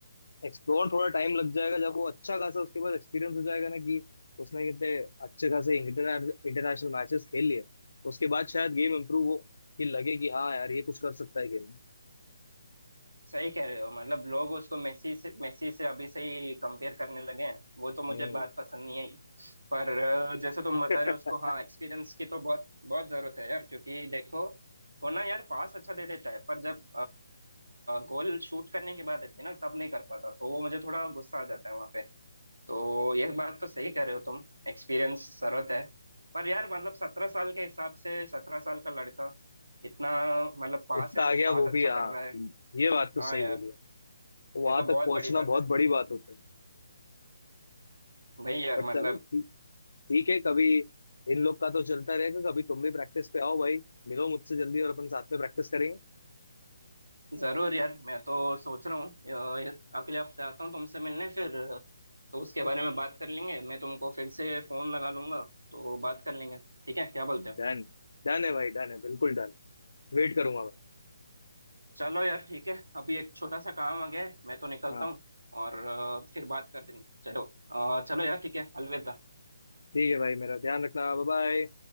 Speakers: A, on the left (about 65°); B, on the right (about 80°).
A: एक्सप्लोर थोड़ा टाइम लग जाएगा जब वो अच्छा खासा उसके पास एक्सपीरियंस हो जाएगा ना कि उसने कितने अच्छे खासे इंटरनेशनल मैचेस खेल लिए उसके बाद शायद गेम इम्प्रूव हो कि लगे कि हाँ यार ये कुछ कर सकता है गेम में
B: सही कह रहे हो मतलब लोग उसको मेसी से मेसी से अभी से ही कंपेयर करने लगे हैं वो तो मुझे
A: हम्म
B: बात पसंद नहीं आई पर अ, जैसे तुम
A: <laughs>
B: बता रहे हो उसको हाँ एक्सपीरियंस की तो बहुत बहुत जरूरत है यार क्योंकि देखो वो ना यार पास अच्छा दे देता है पर जब गोल शूट करने की बात आती है ना तब नहीं कर पाता तो वो मुझे थोड़ा गुस्सा आ जाता है वहां पे तो यह बात तो सही कह रहे हो तुम एक्सपीरियंस जरूरत है पर यार मतलब सत्रह साल के हिसाब से सत्रह साल का लड़का इतना मतलब पास
A: इतना
B: है
A: आ गया
B: पास
A: वो भी
B: अच्छा
A: हाँ
B: कर रहा है
A: ये बात तो
B: हाँ
A: सही
B: यार
A: बोली वहां
B: ये तो
A: तक
B: बहुत
A: पहुंचना
B: बड़ी बात
A: बहुत
B: है
A: बड़ी बात होती है
B: भाई यार
A: बट
B: मतलब
A: चलो ठीक ठीक है कभी इन लोग का तो चलता रहेगा कभी तुम भी प्रैक्टिस पे आओ भाई मिलो मुझसे जल्दी और अपन साथ में प्रैक्टिस करेंगे
B: जरूर यार मैं तो सोच रहा हूँ अ, अगले हफ्ते आता हूँ तुमसे मिलने फिर अ, तो उसके बारे में बात कर लेंगे मैं तुमको फिर से फोन लगा लूंगा तो बात कर लेंगे ठीक है क्या बोलते हो
A: डन डन है भाई डन है बिल्कुल डन वेट करूंगा मैं
B: चलो यार ठीक है अभी एक छोटा सा काम आ गया है मैं तो निकलता
A: हाँ
B: हूँ और अ, फिर बात कर देंगे चलो अ, चलो यार ठीक है अलविदा
A: ठीक है भाई मेरा ध्यान रखना बाय बाय